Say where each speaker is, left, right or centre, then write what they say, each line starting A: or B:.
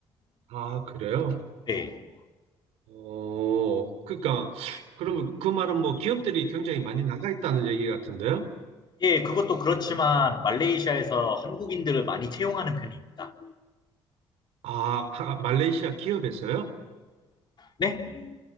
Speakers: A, on the right; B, on the left.
A: 아, 그래요?
B: 네.
A: 어, 그러니까, 그러면 그 말은 뭐 기업들이 굉장히 많이 나가 있다는 얘기 같은데요?
B: 예, 그것도 그렇지만 말레이시아에서 한국인들을 많이 채용하는 편입니다.
A: 아, 하- 말레이시아 기업에서요?
B: 네?